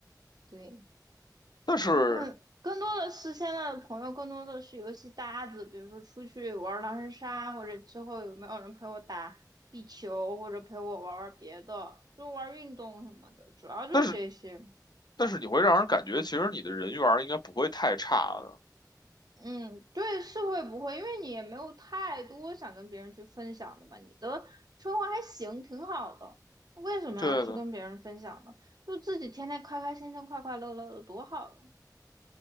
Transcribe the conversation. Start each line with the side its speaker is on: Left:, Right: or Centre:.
Right: 对，
Left: 但是
Right: 我更更多的是现在的朋友，更多的是游戏搭子，比如说出去玩狼人杀，或者之后有没有人陪我打壁球，或者陪我玩玩别的，就玩运动什么的，主要就是这些。
Left: 但是但是你会让人感觉，其实你的人缘儿应该不会太差的，
Right: 嗯，对，是会不会？因为你也没有太多想跟别人去分享的嘛，你的生活还行，挺好的，为什么要去跟别人分享呢？
Left: 对的。
Right: 就自己天天开开心心、快快乐乐的，多好呀